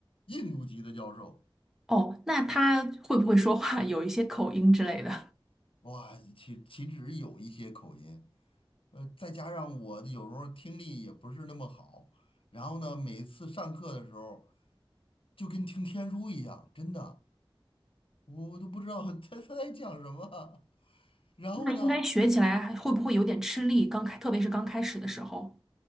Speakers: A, on the left (about 75°); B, in the centre.
A: 印度籍的教授，
B: 哦，那他会不会说话有一些口音之类的？
A: 哇，岂岂止有一些口音。呃，再加上我的有时候听力也不是那么好，然后呢，每次上课的时候就跟听天书一样，真的，我我都不知道 <laughs> 他他在讲什么。然后呢，
B: 那应该学起来还会不会有点吃力？刚开，特别是刚开始的时候，